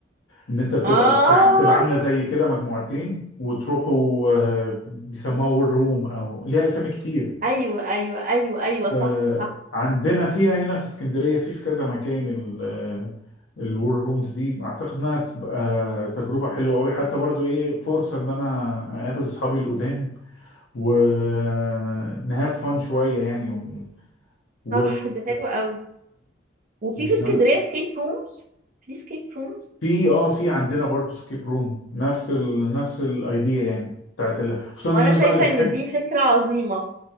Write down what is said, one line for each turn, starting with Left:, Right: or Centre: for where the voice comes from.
Left: ان انت بتبقى
Right: اه
Left: بتاع بتبقى عامله زي كده مجموعتين وتروحوا آه، بيسموها وور روم او ليها اسامي كتير
Right: ايوه ايوه ايوه ايوه
Left: فعندنا
Right: صح صح
Left: فيها هنا في اسكندرية في في كذا مكان ال الور رومز دي اعتقد انها تبقى تجربة حلوة قوي حتى برضو ايه فرصة ان انا اقابل اصحابي القدام ونهاف فان شوية يعني و... و...
Right: صح دي حلوه قوي وفي
Left: يعني
Right: في اسكندريه
Left: انا
Right: سكيب رومز في سكيب رومز
Left: في اه في عندنا برضو سكيب روم نفس ال... نفس الايديا يعني بتاعت ال... خصوصا الناس
Right: وانا شايفه
Left: بقى اللي بتحب
Right: ان دي فكره عظيمه